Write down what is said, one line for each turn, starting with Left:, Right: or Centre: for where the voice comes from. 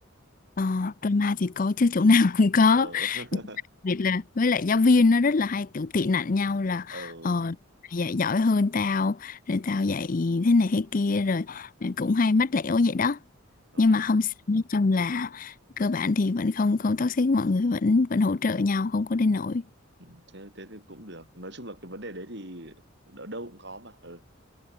Left: Ờ, drama thì có chứ chỗ nào cũng có
Right: ờ <laughs>
Left: đặc biệt là với lại giáo viên nó rất là hay kiểu tị nạnh nhau là
Right: ờ
Left: ờ, dạy giỏi hơn tao rồi tao dạy thế này thế kia rồi cũng hay mách lẻo vậy đó
Right: ờ,
Left: nhưng mà không sao, nói chung là cơ bản thì vẫn không không toxic mọi người vẫn vẫn hỗ trợ nhau không có đến nỗi
Right: ừ, thế thế thì cũng được nói chung là cái vấn đề đấy thì ở đâu cũng có mà ừ.